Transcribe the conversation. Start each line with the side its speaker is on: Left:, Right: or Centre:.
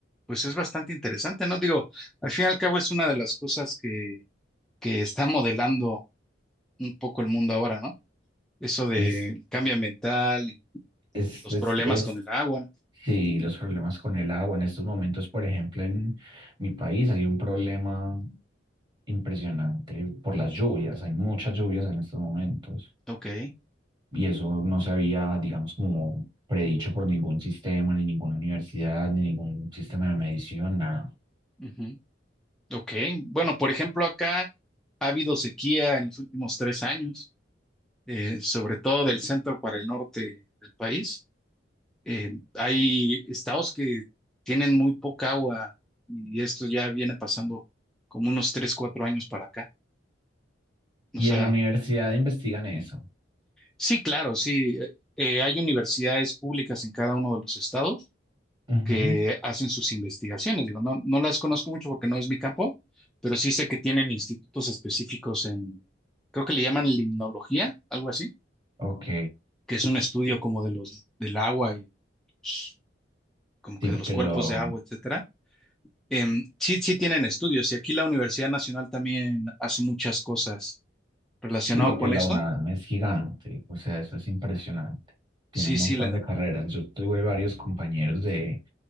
Centre: pues es bastante interesante, ¿no? Digo, al fin y al cabo es una de las cosas que, que está modelando un poco el mundo ahora, ¿no? Eso del
Right: es,
Centre: cambio ambiental y
Right: es,
Centre: los
Right: es,
Centre: problemas
Right: es,
Centre: con el agua.
Right: sí, los problemas con el agua. En estos momentos, por ejemplo, en mi país hay un problema impresionante por las lluvias. Hay muchas lluvias en estos momentos.
Centre: Ok.
Right: Y eso no se había, digamos, como predicho por ningún sistema, ni ninguna universidad, ni ningún sistema de medición, nada.
Centre: ujú. Ok, bueno, por ejemplo, acá ha habido sequía en los últimos tres años, eh, sobre todo del centro para el norte del país. Eh, hay estados que tienen muy poca agua y esto ya viene pasando como unos tres, cuatro años para acá.
Right: Y
Centre: O sea,
Right: en la universidad investigan eso.
Centre: sí, claro, sí, eh, eh, hay universidades públicas en cada uno de los estados
Right: Ujú,
Centre: que hacen sus investigaciones. Digo, no, no las conozco mucho porque no es mi campo, pero sí sé que tienen institutos específicos en, creo que le llaman limnología, algo así,
Right: Ok,
Centre: que es un estudio como de los, del agua y pues, como
Right: sí,
Centre: que de
Right: porque
Centre: los cuerpos
Right: yo,
Centre: de agua, etcétera. Em, sí, sí tienen estudios y aquí la Universidad Nacional también hace muchas cosas relacionado
Right: sí, porque
Centre: con
Right: la
Centre: esto.
Right: UNAM es gigante, o sea, eso es impresionante. Tiene
Centre: Sí,
Right: un
Centre: sí,
Right: montón
Centre: la,
Right: de carreras. Yo tuve varios compañeros de,